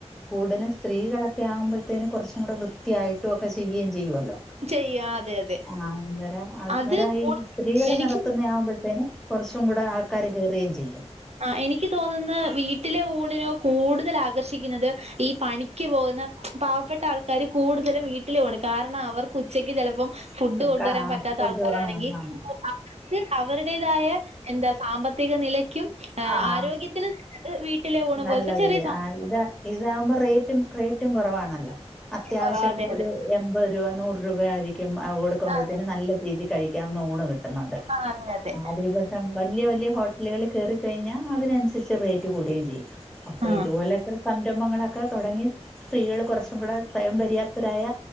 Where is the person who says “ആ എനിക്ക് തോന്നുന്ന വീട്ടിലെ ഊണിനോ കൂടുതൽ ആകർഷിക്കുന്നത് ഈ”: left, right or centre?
Right